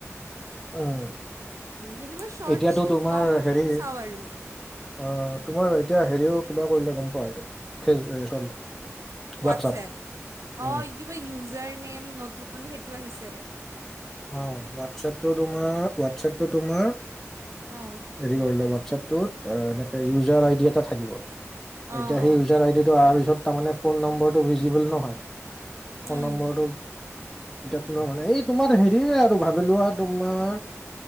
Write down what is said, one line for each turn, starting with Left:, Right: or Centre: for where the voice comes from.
Centre: উম।
Right: কিন্তু মই শ্বৰ্টচটো
Centre: এতিয়াতো তোমাৰ
Right: কম
Centre: হেৰি
Right: চাওঁ আৰু।
Centre: অ' তোমাৰ এতিয়া হেৰিও কিবা কৰিলে গম পোৱা এইটো, ফেজ চৰি।
Right: WhatsApp.
Centre: WhatsApp উম
Right: অ' কিবা ইউজাৰ নেম নতুন সেইটো আহিছে।
Centre: অ' হোৱাটছএপটো তোমাৰ, হোৱাটছএপটো তোমাৰ
Right: অ'।
Centre: হেৰি কৰিলে হোৱাটচএপটোত এনেকে ইউজাৰ আইদি এটা থাকিব। এতিয়া
Right: অঁ
Centre: সেই ইউজাৰ আইডিটো অহাৰ পিছত তাৰমানে ফোন নম্বৰটো ভিজিবল নহয়। ফোন
Right: উম,
Centre: নম্বৰটো, এতিয়া পুনৰ হোৱা নাই এই তোমাৰ হেৰি আৰু ভাবি লোৱা তোমাৰ,